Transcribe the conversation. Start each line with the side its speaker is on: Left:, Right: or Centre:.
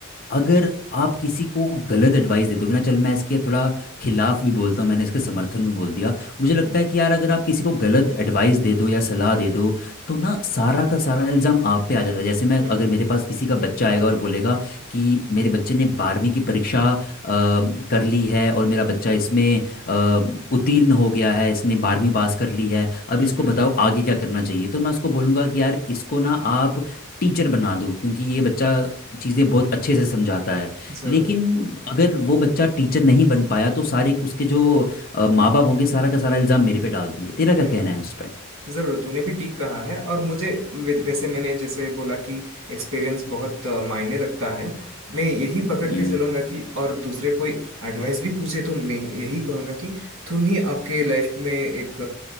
Left: अगर आप किसी को गलत एडवाइस दे दोगे ना चल मैं इसके थोड़ा खिलाफ भी बोलता हूँ मैंने इसके समर्थन में बोल दिया मुझे
Right: हम्म
Left: लगता है कि यार अगर आप किसी को गलत एडवाइस दे दो या सलाह दे दो तो ना सारा का सारा इल्ज़ाम आप पे आ जाता है जैसे मैं
Right: हम्म
Left: अगर
Right: हम्म
Left: मेरे पास किसी का बच्चा आएगा और बोलेगा कि मेरे बच्चे ने बारहवीं की परीक्षा अ, कर ली है और मेरा बच्चा इसमें अ, उत्तीर्ण हो गया है इसने बारहवीं पास कर ली है अब
Right: हम्म
Left: इसको
Right: हम्म,
Left: बताओ आगे क्या करना चाहिए तो मैं उसको बोलूँगा कि यार इसको ना आप टीचर बना दो क्योंकि ये बच्चा चीज़ें बहुत अच्छे से समझाता है
Right: जरूर
Left: लेकिन अगर वो बच्चा टीचर नहीं बन पाया तो सारे उसके जो माँ बाप होंगे सारा का सारा इल्ज़ाम मेरे पे डाल देंगे तेरा क्या
Right: हम्म
Left: कहना
Right: हम्म
Left: है उस
Right: जरूर तूने भी ठीक कहा है और मुझे वे- वैसे मैंने जैसे बोला कि एक्सपीरियंस बहुत अ, मायने रखता है मैं यही पकड़
Left: पर
Right: के चलूंगा कि और दूसरे कोई एडवाइस भी पूछे तो मैं यही कहूंगा कि तुम ही आपके लाइफ में एक